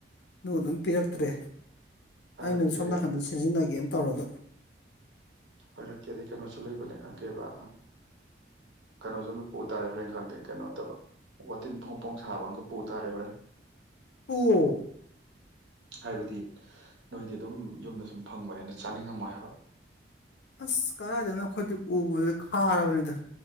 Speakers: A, on the left; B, on the right.
A: ꯑꯗꯨ ꯑꯗꯨꯝ ꯄꯤꯔꯛꯇ꯭ꯔꯦ
B: ꯄꯥꯏꯔꯛꯀꯦ
A: ꯑꯩꯅ ꯁꯣꯝ ꯅꯥꯀꯟꯗ ꯁꯤꯖꯤꯟꯅꯒꯦꯅ ꯇꯧꯔꯒ꯫
B: ꯄꯔꯛꯀꯦꯗꯤ ꯀꯩꯅꯣꯁꯨ ꯂꯩꯕꯅꯦ ꯀꯦꯕ ꯀꯩꯅꯣꯁꯨꯝꯗ ꯄꯨ ꯇꯥꯔꯦ ꯍꯣꯔꯦꯟ ꯈꯪꯗꯦ ꯀꯩꯅꯣꯠꯇꯕ ꯋꯥꯇꯤꯟ ꯐꯣꯡ ꯐꯣꯡ ꯁꯥꯕ ꯑꯃꯒ ꯄꯨ ꯇꯥꯔꯦ ꯍꯣꯔꯦꯟ꯫
A: ꯄꯨꯑꯣ꯫
B: ꯍꯥꯏꯕꯗꯤ ꯅꯣꯏꯗꯤ ꯑꯗꯨꯝ ꯌꯨꯝꯗ ꯁꯨꯝ ꯐꯪꯕꯅꯤꯅ ꯆꯥꯅꯤꯡꯉꯝꯃꯣꯏ ꯍꯥꯏꯕ꯫
A: ꯑꯁ ꯀꯥꯏꯗꯅ ꯑꯈꯣꯏ ꯎꯕꯗꯨꯗ ꯈꯥꯔꯕꯅꯤꯗ